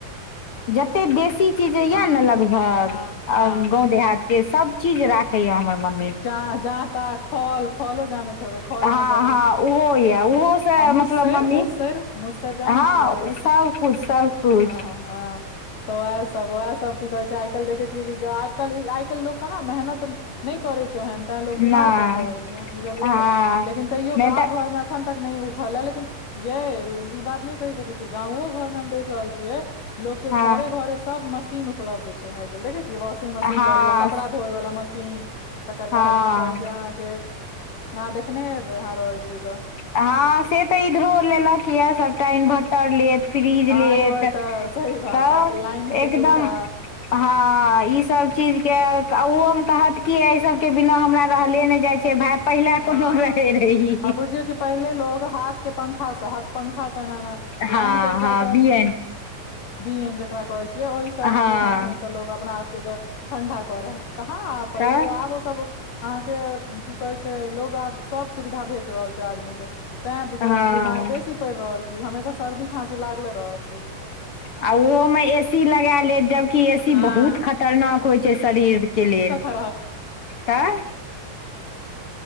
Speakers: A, on the left; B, on the left.
A: जतेक बेसी चीज यए
B: हँ
A: ने लगभग
B: हँ
A: गाँव
B: हँ
A: देहात के सब चीज राखै या हमर म
B: जा जा त खल खलो ज खलमेज
A: हँ
B: अथी
A: हँ ओहो यऽ ओहो से
B: आ
A: मतलब
B: मुसेर
A: मम्मी
B: मुसेर मुसेर जानै
A: हँ
B: छियै
A: सबकुछ सबकुछ
B: हँ तऽ उएहसब उएह सब की कहे छै आइ काल्हि देखै छियै कि आ कल आइ काल्हि लोको कहाँ मेहनत नहि करै छै ओहन ते लोग
A: नहि
B: बीमार पड़ि रहल छै बुझलियै
A: हँ
B: लेकिन तैयो
A: नहि
B: गाँव
A: तऽ
B: घर मे खन तक नय उठालय लेकिन ये ई बात नहि कहि सकै छियै गाँवो घरमे हम देख रहल छियै लोको के
A: हँ
B: घरे घरे सब मशीन उपलब्ध छै देखे छियै वाशिंग मशीन
A: हँ
B: ल लेले कपड़ा धोए वला मशीन तकर
A: हँ
B: बाद की कहे छै अहाँ के अहाँ देखने हेबै अहाँ रहै छियै तऽ
A: हँ से तऽ इधरो लेलक यए सबटा इन्वर्टर लेत फ्रीज
B: हँ
A: लेत
B: इन्वर्टर सही बात
A: तब
B: आइ काल्हि लाइन
A: एकदम
B: के सुविधा
A: हँ ईसब चीजके ओहोमे कहत की एहिसभके बिना हमरा रहले नहि जाइत छै भाय पहिला
B: हँ
A: कोनो रहै रही
B: आ बुझियौ कि पहिले लोग हाथ के पंखा से हाथ पंखा ऐना लाइन
A: हँ
B: कटि जाय
A: हँ
B: तऽ
A: बी एन
B: बिएन जकरा कहै छियै ओहिसँ
A: हँ
B: अहाँके होंक होंक कऽ लोक अपना आपके गर्मी ठंडा करै कहाँ पहिले
A: तऽ
B: आब ओ सब अहाँ के की कहे छै लोग आब सब सुविधा भेट रहल छै आदमी के तैं बुझ
A: हँ
B: बीमार बेसी पइर रहल छी हमेशा सर्दी खाँसी लागले रहत बुझियौ
A: आ ओहो में ए सी लगा लेत जबकि ए सी
B: हँ
A: बहुत खतरनाक होइ छै शरीर के लेल
B: <unintelligible> जैं
A: तऽ